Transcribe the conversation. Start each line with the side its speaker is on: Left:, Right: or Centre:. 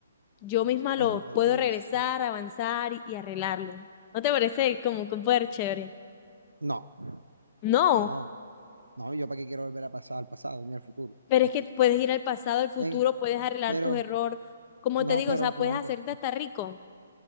Left: yo misma
Right: lo
Left: lo
Right: remediarías.
Left: puedo regresar, avanzar y, y arreglarlo. ¿No te parece como que un poder chévere?
Right: No,
Left: No,
Right: no, no, yo para qué quiero volver a pasar al pasado ni al futuro,
Left: pero
Right: ¿para
Left: es que
Right: qué?
Left: puedes ir al pasado, al futuro,
Right: Eh,
Left: puedes arreglar
Right: Pero,
Left: tus errores. Como
Right: no,
Left: te digo,
Right: pero
Left: o sea, puedes
Right: no, hombre,
Left: hacerte hasta rico,